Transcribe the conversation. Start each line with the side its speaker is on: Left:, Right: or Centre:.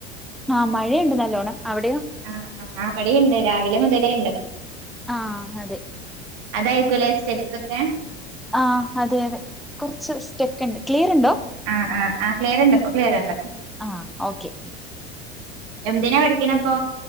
Centre: ആഹ് മഴയ്ണ്ട് നല്ലോണം അവിടെയോ?
Right: ആഹ് ആഹ് ഇബടേണ്ട് രാവിലെ മുതലേണ്ട്.
Centre: ആഹ് അതെ
Right: അതായിരിക്കുംല്ലേ സ്റ്റെപ്പൊക്കെ
Centre: ആഹ് അതെ അതെ കൊറച്ച് സ്റ്റെക്ക്ണ്ട് ക്ലീറ്ണ്ടൊ
Right: ആഹ് ആഹ് ആഹ് ക്ലിയർണ്ട് ഇപ്പൊ ക്ലിയർണ്ട്
Centre: ആഹ് ഓക്കെ
Right: തിനെ പഠിക്ക്ണെപ്പോ